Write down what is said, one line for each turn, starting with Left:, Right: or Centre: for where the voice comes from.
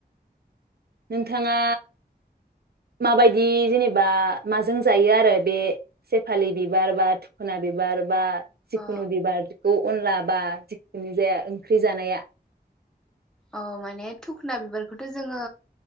Right: नोंथाङा माबायदि जेनेबा माजों जायो आरो बे सेफालि बिबार बा थुखुना बिबार बा जिखुनु
Centre: औ
Right: बिबार अ' अनला बा जिखुनु जाया ओंख्रि जानाया
Centre: औ माने धुखुना बिबारखौथ' जोङो